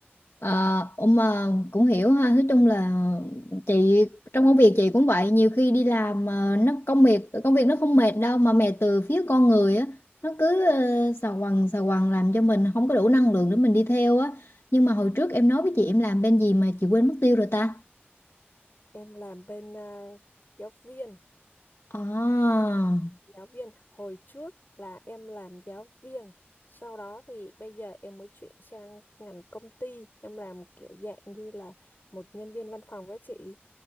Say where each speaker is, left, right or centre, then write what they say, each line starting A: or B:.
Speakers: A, on the left; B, on the left.
A: Ờ, ông mà cũng hiểu ha. Nói chung là chị trong công việc chị cũng vậy. Nhiều khi đi làm mà nó công việc công việc nó không mệt đâu mà mệt từ phía con người á. Nó cứ ờ, xà quần xà quần làm cho mình không có đủ năng lượng để mình đi theo á. Nhưng mà hồi trước em nói với chị em làm bên gì mà chị quên mất tiêu rồi ta?
B: em làm bên ờ, giáo viên
A: À.
B: giáo viên hồi trước là em làm giáo viên sau đó thì bây giờ em mới chuyển sang ngành công ty em làm kiểu dạng như là một nhân viên văn phòng với chị